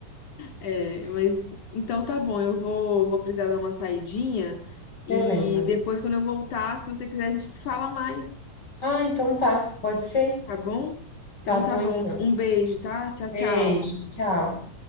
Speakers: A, on the left; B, on the left.
A: É, mas então tá bom, eu vou, vou precisar dar uma saidinha e
B: Beleza.
A: depois, quando eu voltar, se você quiser, a gente se fala mais,
B: Ah, então tá. Pode ser?
A: tá bom? Então
B: Tá bom,
A: tá bom,
B: então.
A: um beijo, tá? Tchau,
B: Beijo.
A: tchau.
B: Tchau.